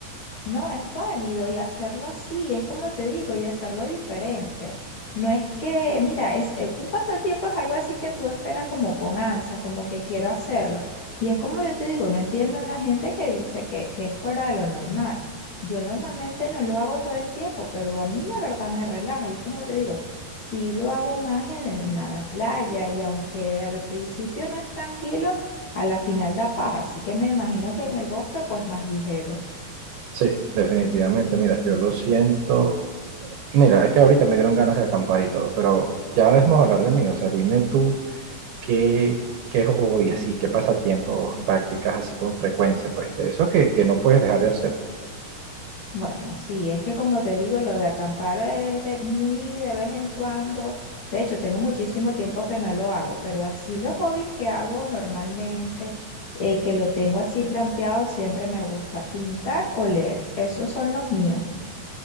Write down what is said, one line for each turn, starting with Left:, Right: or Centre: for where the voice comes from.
Left: No, es válido y hacerlo así, es como te digo, y hacerlo diferente. No es que, mira, es eh, un pasatiempo es algo así que tú esperas como con ansia, como que quiero hacerlo. Y es como yo te digo, no entiendo a la gente que dice que, que es fuera de lo normal. Yo normalmente no lo hago todo el tiempo, pero a mí la verdad me relaja. Y es como te digo, sí lo hago más en, en la playa y aunque al principio no es tranquilo, a la final da paz. Así que me imagino que en el bosque pues más ligero.
Right: Sí, definitivamente. Mira, yo lo siento. Mira, es que ahorita me dieron ganas de acampar y todo, pero ya debemos hablar de mí. O sea, dime tú qué, qué hobby así, qué pasatiempos practicas así con frecuencia, pues, de eso que, que no puedes dejar de hacer.
Left: Bueno, sí, es que como te digo, lo de acampar es de muy de vez en cuando. De hecho, tengo muchísimo tiempo que no lo hago, pero así los hobbies que hago normalmente, eh, que lo tengo así planteado, siempre me gusta pintar o leer. Esos son los míos.